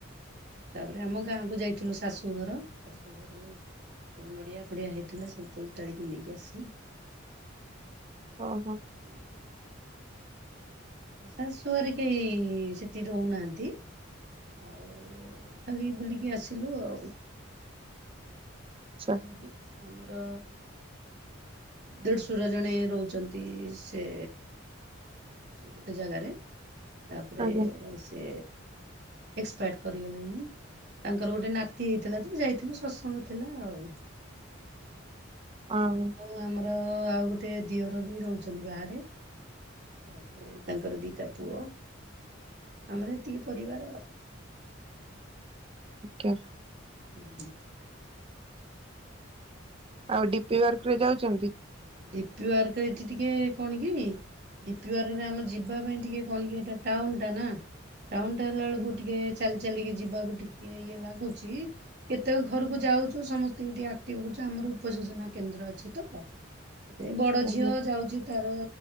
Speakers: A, on the right; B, on the right.
A: ତାପରେ ଆମ ଗାଁକୁୁ ଯାଇଥିଲୁ ଶାଶୁଘର ଶାଶୁ ଘରୁ ରୁ ସବୁ ନଡ଼ିଆ ପଡିଆ ହେଇଥିଲା ସବୁ ତଳିତାଳି କି ନେଇକି ଆସିଲୁ।
B: ଓହୋ।
A: <inaudible> ଶାଶୁ ଘରେ କେହି ସେଠି ରହୁନାହାନ୍ତି। ଆଉ ଖାଲି ବୁଲିକି ଆସିଲୁ ଆଉ।
B: ଆଚ୍ଛା
A: <unintelligible> ଆମର ଦେଢଶୁର ଜଣେ ରହୁଛନ୍ତି ସେ ସେଇ ଗୋଟେ ଜାଗାରେ ତାପରେ
B: ଆଜ୍ଞା
A: ସେ ଏକ୍ସପାୟାର୍ଡ କରିଗଲେଣି ତାଙ୍କର ଗୋଟେ ନାତି ହେଇଥିଲା ତ ଯାଇଥିଲୁ ସତ୍ସଙ୍ଗ ଥିଲା ଆଉ। ହଉ।
B: ହଁ।
A: ଆଉ ଆମର ଆଉ ଗୋଟେ ଦିଅର ବି ରହୁଛନ୍ତି ବାହାରେ। ତାପରେ ତାଙ୍କର ଦିଟା ପୁଅ ଆମର ଏତିକି ପରିବାର।
B: ଓକେ।
A: ହୁଁ।
B: ଆଉ ଡି ପି ୱାର୍କରେ ଯାଉଛନ୍ତି?
A: ଡି ପିୱାର୍କରେ ଏଠି ଟିକେ କଣ କି ଡି ପି ୱାର୍ ରେ ଆମ ଯିବା ପାଇଁ ଟିକେ କଣ କି ଏଟା ଟାଉନ ଟା ନା। ଟାଉନ ଟା ହେଲା ବେଳକୁ
B: ଆଜ୍ଞା
A: ଟିକେ ଚାଲି ଚାଲିକି ଯିବାକୁ ଟିକେ ଇଏ ଲାଗୁଛି। କେତେକ ଘରକୁ ଯାଉଛୁ ସମସ୍ତଙ୍କୁ ଟିକେ ଆକ୍ଟିଭି କରୁଛୁ ଆମର ଉପଯୋଜନା କେନ୍ଦ୍ର ଅଛି ତ ଏ ବଡ
B: ଆଜ୍ଞା
A: ଝିଅ ଯାଉଛି ତାର